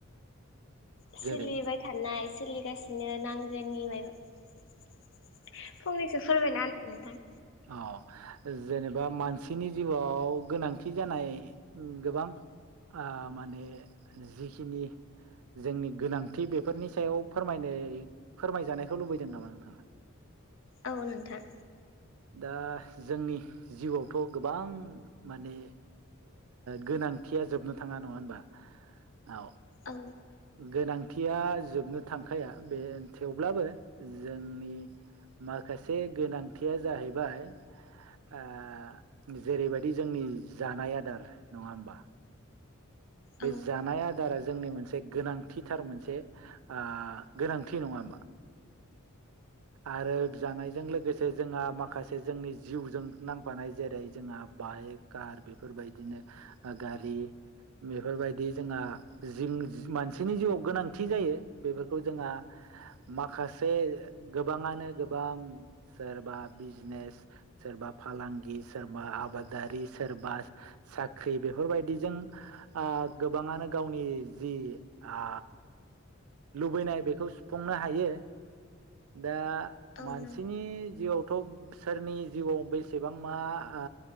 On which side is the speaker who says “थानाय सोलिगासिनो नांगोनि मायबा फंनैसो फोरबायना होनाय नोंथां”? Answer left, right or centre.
Left